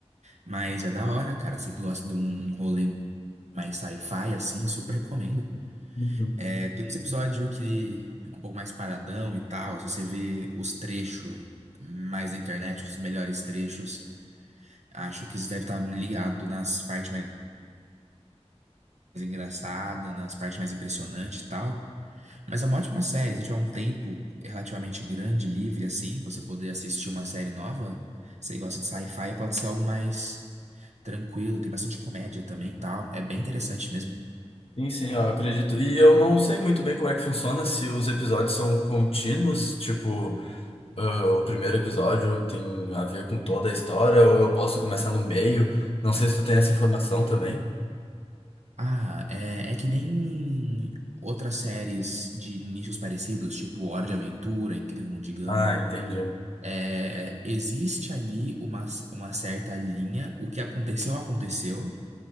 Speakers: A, on the right; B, on the left.
A: Mas é da hora, cara. Você que gosta de um rolê mais sci-fi, assim, super recomendo.
B: Uhum.
A: É, tem uns episódios que é um pouco mais paradão e tal. Se você vê os trechos mais na internet, os melhores trechos, acho que você deve estar ligado nas partes mais engraçadas, nas partes mais impressionantes e tal. Mas é uma ótima série. Se tiver um tempo relativamente grande, livre, assim, pra você poder assistir uma série nova, você gosta de sci-fi, pode ser algo mais tranquilo. Tem bastante comédia também e tal. É bem interessante mesmo.
B: Sim, sim, eu acredito. E eu não sei muito bem como é que funciona, se os episódios são contínuos, tipo, ah, o primeiro episódio tem a ver com toda a história, ou eu posso começar no meio. Não sei se tu tem essa informação também.
A: Ah, é, é que nem outras séries de nichos parecidos, tipo Hora de Aventura, Incrível Mundo de Gumball.
B: Ah, entendi.
A: É, existe ali uma, uma certa linha, o que aconteceu, aconteceu,